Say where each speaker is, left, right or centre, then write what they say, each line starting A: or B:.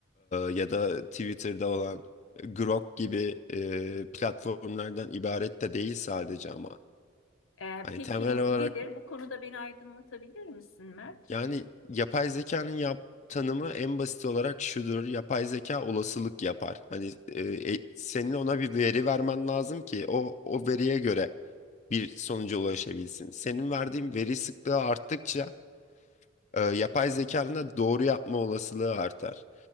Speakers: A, on the left (about 35°); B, on the left (about 85°).
A: ya da Twitter'da olan Grok gibi e, platformlardan ibaret de değil sadece ama.
B: Ee,
A: Hani
B: peki
A: temel olarak
B: nedir? Bu konuda beni aydınlatabilir misin Mert?
A: yani yapay zekanın yap tanımı en basit olarak şudur. Yapay zeka olasılık yapar. Hani e, e, senin ona bir veri vermen lazım ki o o veriye göre bir sonuca ulaşabilsin. Senin verdiğin veri sıklığı arttıkça e, yapay zekanın da doğru yapma olasılığı artar.